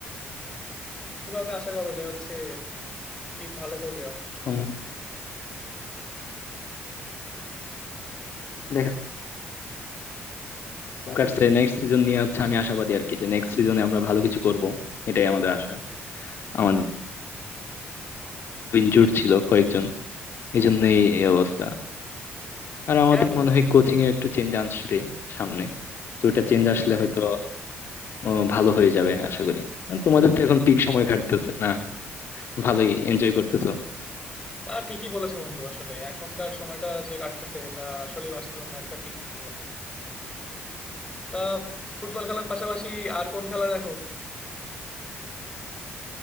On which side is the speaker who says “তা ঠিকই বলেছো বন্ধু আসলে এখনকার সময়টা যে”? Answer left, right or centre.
Left